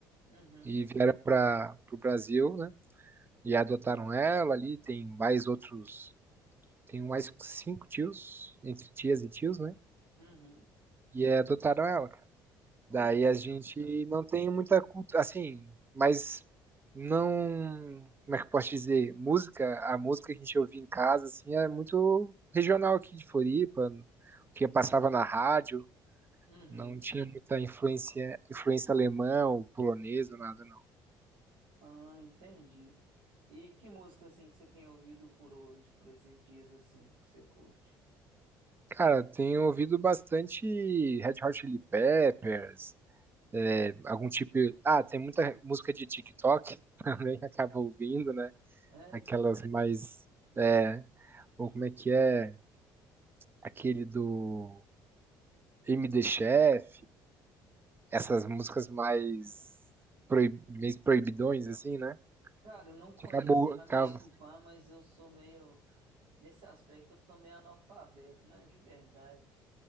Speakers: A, on the right; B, on the right.
A: Uhum,
B: e vieram para o Brasil, né? E adotaram ela ali, tem mais outros, tem mais cinco tios, entre tias e tios, né?
A: uhum.
B: E eh, adotaram ela, cara.
A: Oh,
B: Daí
A: bacana,
B: a gente
A: cara.
B: não tem muita cultura, assim, mas não, como é que eu posso dizer? Música, a música que a gente ouvia em casa, assim, é muito regional aqui de Floripa, que passava na rádio.
A: Uhum.
B: Não tinha muita influência, influência alemã ou polonesa, nada não.
A: Ah, entendi. E que música assim que você tem ouvido por hoje, por esses dias assim que você curte?
B: Cara, tenho ouvido bastante Red Hot Chili Peppers, é, algum tipo. Ah, tem muita música de TikTok <laughs> também que acaba ouvindo, né?
A: É,
B: Aquelas mais. É, ou como é que é? Aquele do MD Chef, essas músicas mais proib, meio proibidões, assim, né?
A: cara, eu não conheço.
B: Que Acabou,
A: Você vai
B: acaba,
A: me desculpar, mas eu sou meio nesse aspecto eu sou meio analfabeto, né? De verdade.